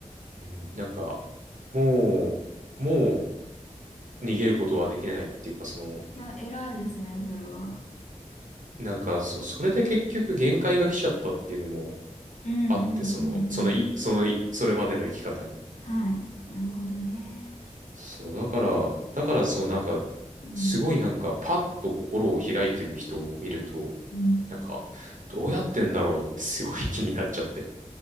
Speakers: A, on the right; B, on the left.
A: うん、なんか、もう、もう逃げることはできないっていうか、その、
B: いや、偉いですね、それは。
A: なんか、そう、それで結局限界が来ちゃったっていうのも
B: うんうんうんうん。
A: あって、その、そのい、そのい、それまでの生き方に。
B: はい。なるほどね。
A: そう、だから、だからそう、なんか、
B: うん。
A: すごいなんか、パッと心を開いてる人を見ると、
B: うん。
A: なんか、どうやってんだろうってすごい <laughs> 気になっちゃって。